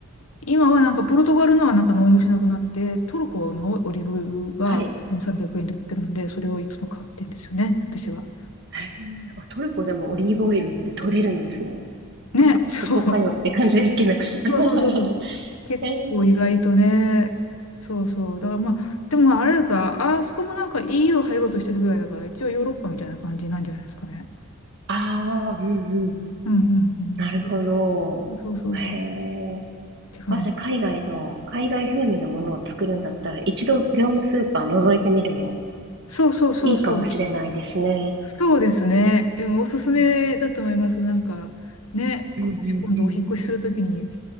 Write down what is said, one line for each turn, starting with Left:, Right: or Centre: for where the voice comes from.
Left: 今はなんかポルトガルのはなんか納入しなくなって、トルコのオリーブオイルが1300円で売ってるので、
Right: はい。
Left: それをいつも買ってんですよね、私は。
Right: へえあ、トルコでもオリーブオイルって取れるんですね。
Left: ね、
Right: そこ、
Left: そう。
Right: そこかよって感じですけど。<laughs>
Left: そうそうそうそう。結構意外とね。
Right: へえ
Left: そうそう。だからまあ、でもまああれだから、あそこもなんか EU 入ろうとしてるぐらいだから、一応ヨーロッパみたいな感じなんじゃないですかね。
Right: ああ、うんうん。
Left: うんうんうん。
Right: なるほど。
Left: 中そうそうそう。
Right: へえ。
Left: って感じ。
Right: あ、じゃあ海外の、海外風味のものを作るんだったら、一度業務スーパー覗いてみるの、
Left: そうそうそうそう。
Right: いいかもしれないですね。
Left: そうですね。でもおすすめだと思います。
Right: うん
Left: なんか、ね、
Right: うんうんうん。
Left: もし今度お引っ越しするときに、